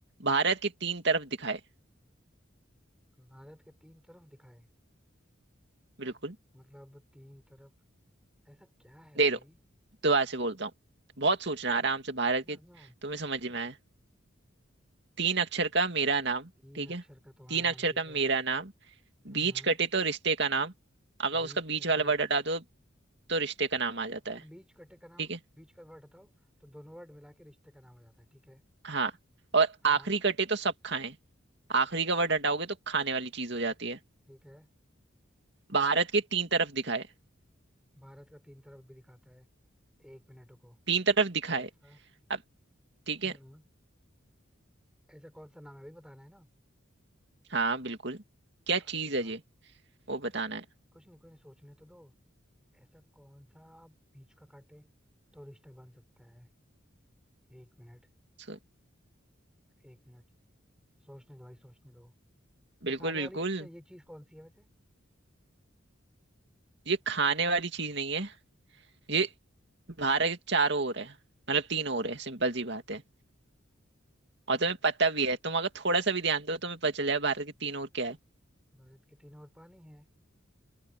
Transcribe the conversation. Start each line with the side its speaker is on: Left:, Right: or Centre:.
Right: भारत के तीन तरफ दिखाए
Centre: भारत के तीन तरफ दिखाए
Right: बिल्कुल
Centre: मतलब तीन तरफ ऐसा क्या है
Right: दे
Centre: भाई
Right: दो दोबारा से बोलता हूँ बहुत सोचना आराम से भारत
Centre: हाँ
Right: के
Centre: हाँ
Right: तुम्हें समझ में आए तीन अक्षर का मेरा नाम
Centre: तीन
Right: ठीक
Centre: अक्षर
Right: है
Centre: का तुम्हारा
Right: तीन
Centre: नाम
Right: अक्षर
Centre: ठीक
Right: का मेरा
Centre: है
Right: नाम
Centre: हम्म
Right: बीच
Centre: हम्म।
Right: कटे तो रिश्ते का नाम अगर
Centre: बीच
Right: उसका बीच
Centre: कटे
Right: वाला वर्ड हटा दो तो रिश्ते का नाम आ जाता
Centre: अरे
Right: है
Centre: बीच कटे का नाम
Right: ठीक है
Centre: बीच का वर्ड हटाओ तो दोनों वर्ड मिला के रिश्ते का नाम हो जाता है ठीक है
Right: हाँ और
Centre: हाँ
Right: आखिरी कटे तो सब खाएं आखिरी का वर्ड हटाओगे तो खाने वाली चीज हो जाती है
Centre: ठीक है
Right: भारत के तीन तरफ दिखाए
Centre: भारत का तीन तरफ भी दिखाता है एक मिनट रुको
Right: तीन तरफ दिखाए
Centre: ऐसा
Right: अब ठीक
Centre: हाँ
Right: है
Centre: ऐसा कौन सा नाम है अभी बताना है ना
Right: हाँ बिल्कुल क्या
Centre: आ,
Right: चीज
Centre: रुक
Right: है
Centre: जाओ
Right: ये वो बताना है
Centre: कुछ नहीं कुछ नहीं सोचने तो दो ऐसा कौन सा बीच का काटे तो रिश्ता बन सकता है एक मिनट
Right: सो
Centre: एक मिनट सोचने दो भाई सोचने दो ये
Right: बिल्कुल
Centre: खाने
Right: बिल्कुल
Centre: वाली चीज है ये चीज कौन सी है वैसे
Right: ये खाने वाली चीज नहीं है ये भारत के चारों ओर है मतलब तीन ओर है सिंपल सी बात है और तुम्हें पता भी है तुम अगर थोड़ा सा भी ध्यान दो तुम्हें पता चल जाएगा भारत की तीन और क्या है
Centre: भारत के तीनों ओर पानी है